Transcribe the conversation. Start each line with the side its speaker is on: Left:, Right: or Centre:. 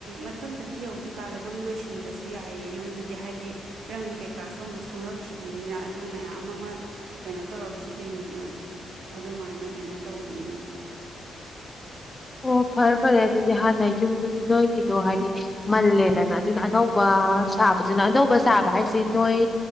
Right: ꯃꯊꯪ ꯆꯍꯤ ꯌꯧꯗ꯭ꯔꯤꯀꯥꯟꯗ ꯑꯗꯨꯝ ꯂꯣꯏꯁꯤꯟꯕꯁꯨ ꯌꯥꯏꯑ ꯌꯨꯝꯗꯨꯗꯤ ꯍꯥꯏꯗꯤ ꯔꯪ ꯀꯩꯀꯥꯁꯨ ꯑꯃꯨꯛ ꯁꯪꯂꯛꯈꯤꯗꯣꯏꯅꯤꯅ ꯑꯗꯨ ꯃꯌꯥꯝ ꯑꯃ ꯀꯩꯅꯣ ꯇꯧꯔꯛꯈꯤꯗꯣꯏꯅꯤꯅ ꯑꯗꯨꯃꯥꯏꯅ ꯀꯩꯅꯣ ꯇꯧꯗꯣꯏꯅꯤ
Left: ꯑꯣ ꯐꯔꯦ ꯐꯔꯦ ꯑꯗꯨꯗꯤ ꯍꯥꯟꯅ ꯌꯨꯝꯗꯨꯗꯤ ꯅꯣꯏꯒꯤꯗꯣ ꯍꯥꯏꯗꯤ ꯃꯜꯂꯦꯗꯅ ꯑꯗꯨꯅ ꯑꯅꯧꯕ ꯁꯥꯕꯗꯨꯅ ꯑꯅꯧꯕ ꯁꯥꯕ ꯍꯥꯏꯁꯤꯦ ꯅꯣꯏ